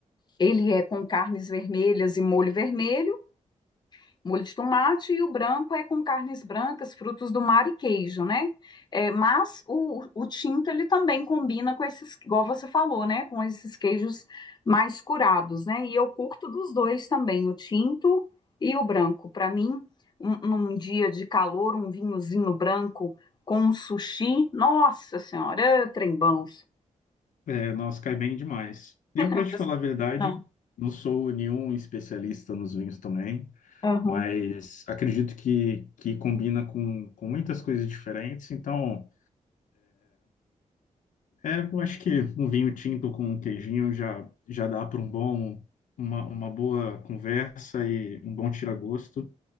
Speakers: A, on the left; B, on the left.
A: ele é com carnes vermelhas e molho vermelho molho de tomate e o branco é com carnes brancas, frutos do mar e queijo, né? É, mas o, o tinto ele também combina com esses, igual você falou, né? Com esses queijos mais curados, né? E eu curto dos dois também, o tinto e o branco. Para mim, um, num dia de calor, um vinhozinho branco com um sushi, nossa senhora, trembão.
B: É, nossa, cai bem demais. Eu,
A: <laughs>
B: para te
A: Você-
B: falar a verdade,
A: Ah,
B: não sou nenhum especialista nos vinhos também,
A: Aham.
B: mas acredito que, que combina com, com muitas coisas diferentes. Então, é, eu acho que um vinho tinto com um queijinho já, já dá para um bom, uma, uma boa conversa e um bom tira-gosto